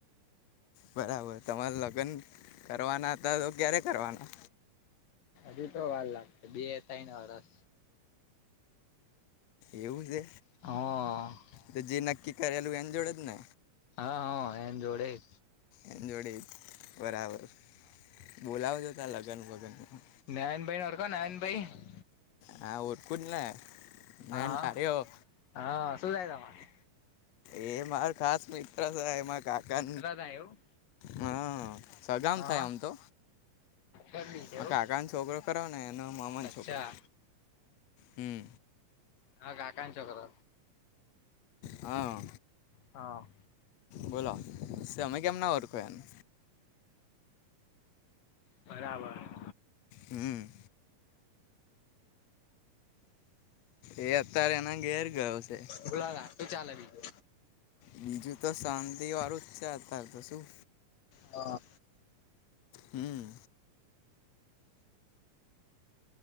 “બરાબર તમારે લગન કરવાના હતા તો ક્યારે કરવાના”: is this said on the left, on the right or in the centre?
Left